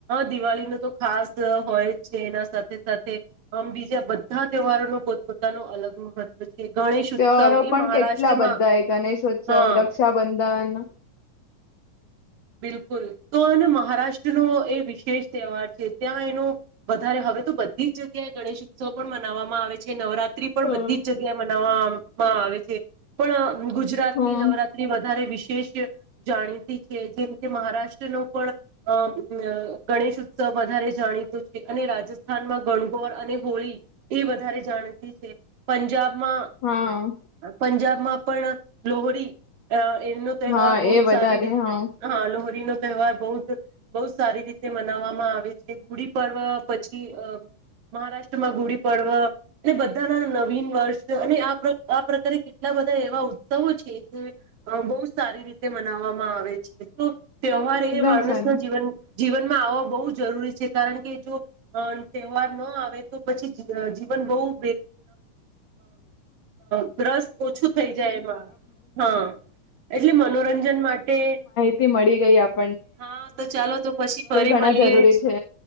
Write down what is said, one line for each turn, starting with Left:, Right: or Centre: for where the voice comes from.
Right: દિવાળીનો તો ખાસ હોય છે, એના સાથે સાથે આમ બીજા બધા તહેવારો ન પોતપોતાનું અલગ મહત્વ છે ગણેશ ઉત્સવ
Left: તહેવારો
Right: એ
Left: પણ
Right: મહારાષ્ટ્રમાં
Left: કેટલા બધા ગણેશોત્સવ,
Right: હા
Left: રક્ષાબંધન
Right: બિલકુલ તો મહારાષ્ટ્રનો એ વિશેષ તહેવાર છે ત્યાં એનો વધારે હવે તો બધી જ જગ્યાએ ગણેશ ઉત્સવ પણ મનાવવામાં આવે છે. નવરા ત્રી પણ
Left: હમ
Right: બધી જ જગ્યા મનાવવાવામાં આવે છે. પણ ગુજરાતની
Left: હમ
Right: નવરાત્રી વધારે વિશ શેષ જાણીતી જેમ કે મહારાષ્ટ્ર નો પણ અ ગણેશ ઉત્સવ વધારે જાણીતો છે, અને રાજસ્થાનમાં ગણગોર અને હોળી એ વધારે જાણીતી છે, પંજાબ માં
Left: હા
Right: પંજાબ માં પણ લોહરી અ એનો તહેવાર
Left: હા
Right: બહત
Left: એ વધારે
Right: સારી રીત
Left: હા
Right: માલોહરી નો તહેવાર બહુ બહુ સારી રીતે મનાવવામાં આવે છે. ગુડી પર્વ પછી મહારાષ્ટ્રમાં ગુડી પર્વ અને બધાના નવીન વર્ષ અને આ આ પ્રકારે કેટલા બધા એવા ઉત્સવો છે જે બહ સારી રીતે મનાવવામાં આવે તો ત્યવવાર એ
Left: એકદમ
Right: માણસ
Left: સારું
Right: ન જીવન જીવન આવવા બહુ જરૂરી છે કારણ કે જો તહેવાર ન આવે તો પછી જીવન બહુમ ર્રસ ઓછું થઈ જાય એમાં હા એટલે મનોરંજન માટે
Left: થી મળી ગઈ આપ
Right: હા તો ચાલો તો પછી ફરી
Left: ઘણા
Right: મળીએ
Left: જરૂરી છે